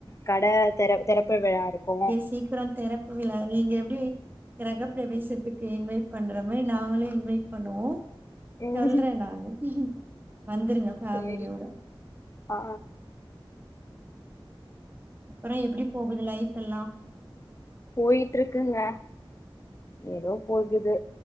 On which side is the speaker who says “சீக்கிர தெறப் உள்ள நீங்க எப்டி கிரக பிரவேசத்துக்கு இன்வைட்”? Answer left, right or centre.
Right